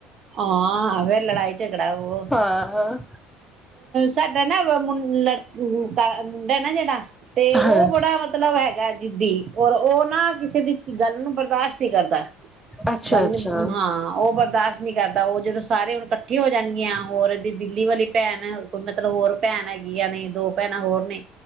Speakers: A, on the right (about 50°); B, in the centre.
A: ਹਾਂ ਵੇ ਲੜਾਈ, ਝਗੜਾ ਹੋਰ
B: ਹਾਂ
A: ਸਾਡੇ ਨਾ ਦਾ ਮੁ ਲਟੁ ਮੁੰਡਾ ਨਾ ਜਿਹੜਾ, ਤੇ ਉਹ
B: ਹਾਂ
A: ਬੜਾ ਮਤਲਬ ਹੈਗਾ। ਜਿਦੀ ਔਰ ਉਹ ਨਾ ਕਿਸੇ ਦੀ ਗੱਲ ਨੂੰ ਬਰਦਾਸ਼ਤ ਨਹੀਂ ਕਰਦਾ।
B: ਅੱਛਾ
A: ਗੱਲ
B: ਅੱਛਾ
A: ਹਾਂ ਉਹ ਬਰਦਾਸ਼ਤ, ਜਾਂ ਤਾਂ ਕਰਦਾ ਉਹ ਜਦੋਂ ਸਾਰੇ ਹੁਣ ਇਕੱਠੇ ਹੋ ਜਾਣਗੀਆਂ ਹੋਰ, ਤੇ ਦਿੱਲੀ ਵਾਲੀ ਭੈਣ ਕੋਲ ਮਤਲਬ ਹੋਰ ਭੈਣ ਹੈਗੀ ਆ ਨੇ ਦੋ, ਭੈਣਾਂ ਹੋਰ ਨੇ,